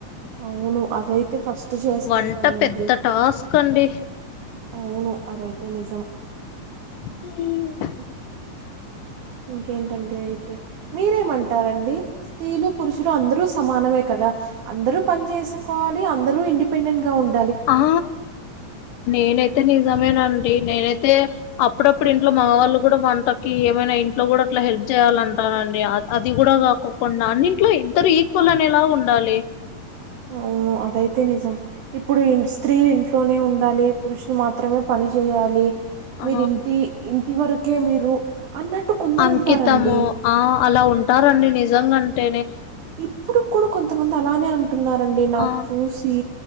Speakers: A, on the right; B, on the left.
A: అవును అదైతే ఫస్ట్ చేసి
B: వంట
A: పెట్టాలండి
B: పెద్ద టాస్క్ అండి
A: అవును అదైతే నిజం
B: హ్మ్
A: ఉహు. ఇంకేంటండి అయితే మీరేమంటారండి స్త్రీలు పురుషులు అందరూ సమానమే కదా అందరూ పని చేసుకోవాలి అందరూ ఇండిపెండెంట్ గా ఉండ
B: ఆ నేనైతే నిజమేన నేనైతే అప్పుడప్పుడు ఇంట్లో మగవాళ్ళ కూడా వంటకి ఏమైనా ఇంట్లో కూడా అట్లా హెల్ప్ చేయాలంటా నండిడి అది కూడా కాకుండా అన్నింట్లో ఇద్దరు ఈక్వల్ అనేలాగా ఉండాలి
A: అవును అదైతే నిజం ఇప్పుడు స్త్రీలు ఇంట్లోనే ఉండాలి పురుషులు మాత్రమే పని చేయాలి
B: ఆ
A: మీరి ఇంటి ఇంటి వరకే మీరు అన్నట్టు కొందరుంటారండి
B: అంకితము ఆ అలా ఉంటారంండి నిజంంటేనే
A: ఇప్పుడు కూడా కొంతమంది అలానే అంటున్నారండి నాకు
B: ఆ
A: చూసి